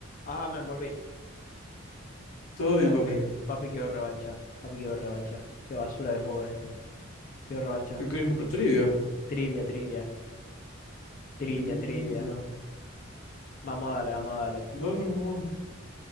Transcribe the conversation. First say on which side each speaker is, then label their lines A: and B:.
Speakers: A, on the left; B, on the left.
A: Ah, me envolví.
B: Todo bien,
A: Papi,
B: papi.
A: papi, quiero revancha. Papi, quiero revancha. Qué basura de juego es este. Quiero revancha.
B: ¿Qué quieres jugar? Trivia.
A: Trivia, trivia. Trivia,
B: Mm,
A: trivia.
B: ya.
A: Vamos a darle, vamos a darle.
B: Dale, mejor.